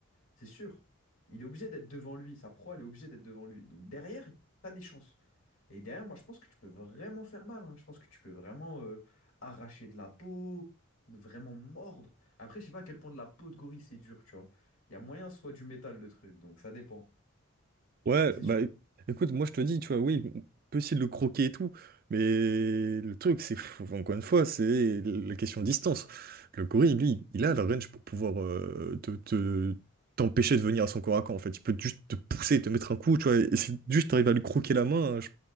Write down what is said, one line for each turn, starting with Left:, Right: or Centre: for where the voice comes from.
Left: C'est sûr. Il est obligé d'être devant lui. Sa proie, elle est obligée d'être devant lui. Donc derrière, t'as des chances. Et derrière, moi, je pense que tu peux vraiment faire mal. hein. Je pense que tu peux vraiment euh, arracher de la peau, vraiment mordre. Après, je sais pas à quel point de la peau de gorille c'est dur, tu vois. Il y a moyen soit du métal, le truc. Donc ça dépend.
Right: Ouais,
Left: C'est
Right: bah
Left: sûr.
Right: é- écoute, moi je te dis, tu vois, oui, on peut essayer de le croquer et tout, mais le truc, c'est, faut- encore une fois, c'est la question de distance. Le gorille, lui, il a la range pour pouvoir euh, te, te- t'empêcher de venir à son corps à corps, en fait. Il peut juste te pousser, te mettre un coup, tu vois, et si juste t'arrives à lui croquer la main, hein, je-